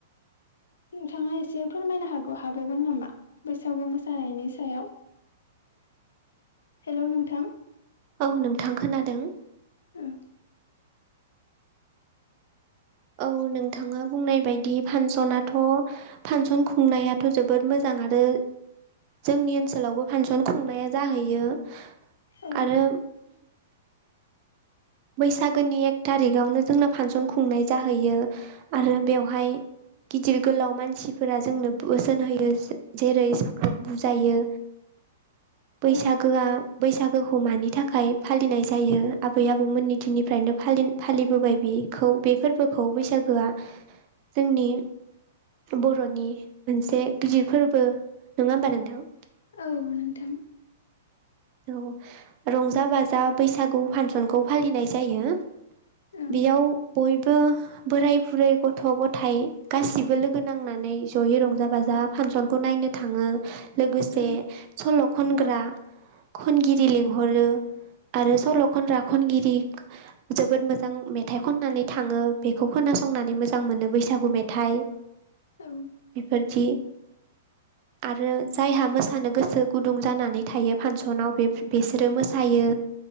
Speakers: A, on the left; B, on the right.
A: नोंथाङा एसे फोरमायनो हागौ हाबावगोन नामा बैसागु मोसानायनि सायाव? हेल' नोंथां ।
B: औ नोंथां खोनादों ।
A: ओ
B: औ नोंथाङा बुंनाय बायदि फानसनाथ' फानसन खुंनायाथ' जोबोद मोज जां आरो जोंनि ओनसोलावबो फानसन खुंनाया जाहैयो ।
A: औ
B: आरो बैसागोनि एक थारिकावनो जोंना फांसन खुंनाय जाहैयो आरो बेवहाय गिदिर गोलाव मानसि मानसिफोरा जोंनो बोसोन होयो जेरै जोंखौ बुजायो बैसागोआ
A: औ
B: बैसागोखौ मानि थाखाय फालिनाय जायो आबै आबौमोननि दिननिफ्रायनो फालि फालिबोबाय बिखौ बे फोरबोखौ बैसागोआ जोंनि बर'नि मोनसे गिदिर फोरबो नङा होमबा नोंथां?
A: औ नोंथां ।
B: औ रंजा बाजा बैसागु फांसनखौ फालिनाय जायो।
A: औ
B: बेयाव बयबो बोराइ बुरै गथ' गथायाइ गासिबो लोगो नांनानै जयै रंजा बाजा फांसनखौ नायनो थाङो । लोगोसे
A: औ
B: सल' खनग्रा खनगिरि लिंहरो आरो सल'
A: औ
B: खनग्रा खनगिरि
A: <inaudible>
B: जोबोद मोजां मेथाइ खननानै थाङो बेखौ खोनासंनानै मोजां मोनो बैसागु मेथाइ
A: औ
B: बेफोरदि आरो जायहा मोसानो गोसो गुदुं जानानै थायो फानस बिसोरो मोसायो